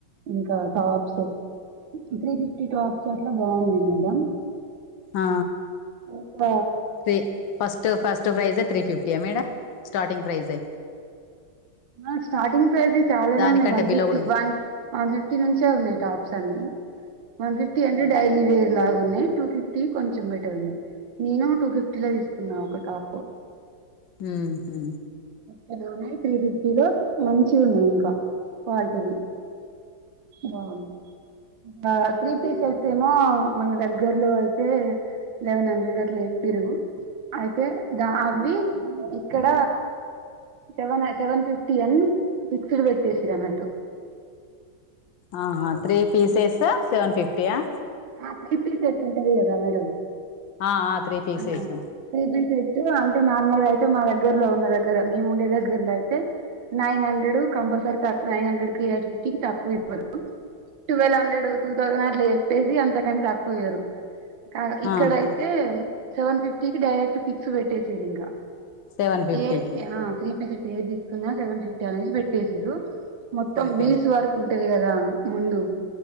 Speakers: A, on the right; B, on the left.
A: ఇంకా టాప్స్ త్రీ ఫిఫ్టీ టాప్స్ అట్ల బాగున్నాయి మేడం
B: ఆ
A: ఒక
B: రే ఫస్ట్ ఫస్ట్ ప్రైజే త్రీ ఫిఫ్టీ ఆ మేడం స్టార్టింగ్ ప్రైజే
A: ఆ స్టార్టింగ్ ప్రైస్ చాలానే
B: దానికంటే
A: ఉన్నాయి వన్
B: బిలో
A: ఫిఫ్టీ
B: కూడా ఉంది
A: వన్ వన్ ఫిఫ్టీ నుంచే ఉన్నాయి టాప్స్ అన్ ఉమ్ వన్ ఫిఫ్టీ అంటే డైలీ వేర్ లాగున్నాయి టూ ఫిఫ్టీ కొంచెం బట్ టే ఉన్నాయి నేను టూ ఫిఫ్టీ లో తీసుకున్నా ఒక టాప్
B: మ్మ్ హూ
A: భలే ఉన్నాయి త్రీ ఫిఫ్ పూబోత్ మంచివున్నాయి ఇంకా క్వాలిటీవి బావున్ ఆ త్రీ పీసెస్ ఏమో మన దగ్గరలో అయితే లెవెన్ హండ్రెడ్ అట్లా చెప్పిర్రు అయితే ద అవ్వి ఇక్కడ సెవెనే సెవెన్ ఫిఫ్ టీ అని ఫిక్సుడు పెట్టేసిరన్నట్టు
B: ఆహా త్రీ పీసెస్ సెవెన్ ఫిఫ్టీ ఆ
A: ఆ త్రీ పీస్ సెట్ ఉంటది కదా మేడం
B: ఆ ఆ త్రీ పీసెస్
A: ఆ త్రీ పీ సెట్టు అంటే నార్మల్గై తు మా దగ్గరలో ఉన్న దగ్గర మేముండే దగ్గరలో అయితే నైన్ హండ్రెడ్ కంపల్సరీ తగ్ నైన్ హండ్రెడ్ కి <inaudible> కి తక్కువ ఇవ్వరు టువల్ హండ్రెడ్ టూ థౌసండ్ అట్ల చె ప్పేసి అంతకంటే తక్కువియ్యరు కాదు ఇక్కడైతే
B: ఆహా
A: సెవన్ ఫిఫ్టీకి డైరెక్ట్ ఫిక్స్ పెట్టేసిరి ఇంక
B: సెవెన్ ఫిఫ్టీకి
A: ఏట్ ఆ త్రి సెవెన్ పిప్టి ఏది తీసుకున్నా సెవన్ ఫిఫ్టీ అనేసి పెట్టేసిండ్రు మొత్తం
B: ఓకే
A: బీస్ వరకు పెళ్ళి గద ముందు